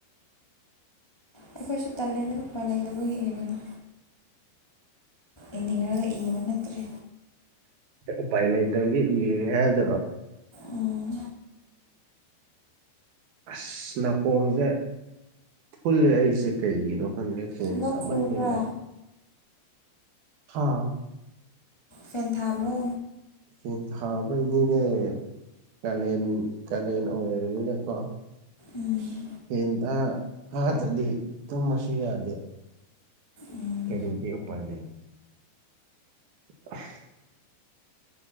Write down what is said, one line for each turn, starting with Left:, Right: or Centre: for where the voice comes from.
Left: ꯑꯩꯈꯣꯏꯁꯨ ꯇꯜꯂꯦꯗ ꯎꯄꯥꯏ ꯂꯩꯇꯕꯒꯤ ꯏꯕꯅꯤ ꯏꯅꯤꯡꯔꯒ ꯏꯕ ꯅꯠꯇ꯭ꯔꯦ
Right: ꯎꯄꯥꯏ ꯂꯩꯇꯕꯒꯤ ꯏꯔꯒꯦ ꯍꯥꯏꯕꯗꯨꯔꯣ
Left: ꯎꯝ
Right: ꯑꯁ ꯅꯥꯀꯣꯡꯁꯦ ꯐꯨꯜꯂꯦ ꯑꯩꯁꯦ ꯀꯩꯒꯤꯅꯣ ꯐꯨꯜꯂꯦ ꯐꯦꯟ
Left: ꯂꯣꯛ
Right: ꯊꯥꯃꯟꯕꯩꯔ
Left: ꯈꯨꯕ꯭ꯔꯥ
Right: ꯍꯥ
Left: ꯐꯦꯟ ꯊꯥꯕ꯭ꯔꯣ
Right: ꯐꯦꯟ ꯊꯥꯕꯩꯅꯤꯅꯦ ꯀꯥꯂꯦꯟ ꯀꯥꯂꯦꯟ ꯑꯣꯏꯕꯅꯤꯅꯀꯣ
Left: ꯎꯝ
Right: ꯐꯦꯟ ꯊꯥ ꯊꯗꯗꯤ ꯇꯨꯝꯃꯁꯨ ꯌꯥꯗꯦ
Left: ꯎꯝ
Right: ꯀꯔꯤꯗꯤ ꯎꯄꯥꯏ ꯂꯩ <unintelligible>